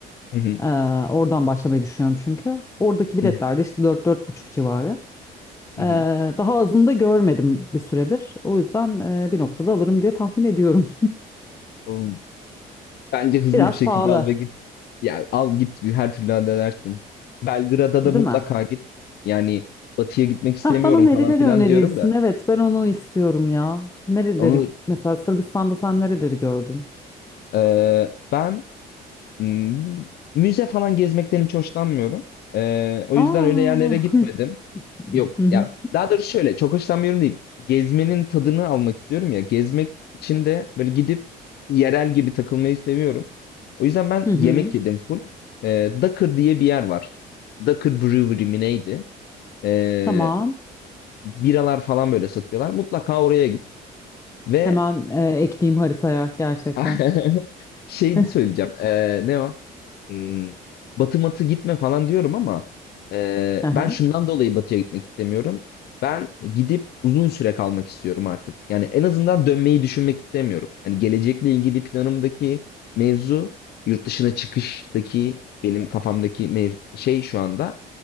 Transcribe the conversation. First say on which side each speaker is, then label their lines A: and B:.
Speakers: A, on the left (about 70°); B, on the left (about 20°).
A: hı hı
B: Eee, oradan başlamayı düşünüyorum çünkü. Oradaki biletler
A: hı
B: de işte dört dört buçuk civarı.
A: hı
B: Eee,
A: hı. hı.
B: daha azını da görmedim bir süredir. O yüzden eee, bir noktada alırım diye tahmin ediyorum.
A: O- Bence hızlı
B: <laughs> Biraz
A: bir şekilde
B: pahalı,
A: al ve git. Ya al git her türlü halledersin. Belgrad'a da
B: değil
A: mutlaka
B: mi?
A: git. Yani batıya gitmek istemiyorum
B: Hah, bana nereleri
A: falan filan
B: önerirsin?
A: diyorum da.
B: Evet, ben onu istiyorum ya. Nereleri
A: Onu
B: mesela Sırbistan'da sen nereleri gördün?
A: eee, ben Imm, müze falan gezmekten hiç hoşlanmıyorum. Eee, o
B: Aa.
A: yüzden öyle yerlere gitmedim.
B: <laughs>
A: Yok
B: Hı hı.
A: ya, daha doğrusu şöyle, çok hoşlanmıyorum değil. Gezmenin tadını almak istiyorum ya. Gezmek için de böyle gidip yerel gibi takılmayı seviyorum. O yüzden ben
B: Hı hı.
A: yemek yedim full. Eee Dakır diye bir yer var. Dakır Brewery mi neydi? Eee,
B: Tamam.
A: biralar falan böyle satıyorlar. Mutlaka oraya git. Ve
B: Hemen e, ekleyeyim haritaya gerçekten.
A: <laughs> şeydi
B: <laughs>
A: söyleyeceğim. Eee, ne o? Hmm, Batı matı gitme falan diyorum ama eee,
B: Aha,
A: ben şundan dolayı batıya gitmek istemiyorum. Ben gidip uzun süre kalmak istiyorum artık. Yani en azından dönmeyi düşünmek istemiyorum. Hani gelecekle ilgili planımdaki mevzu yurt dışına çıkıştaki benim kafamdaki mev- şey şu anda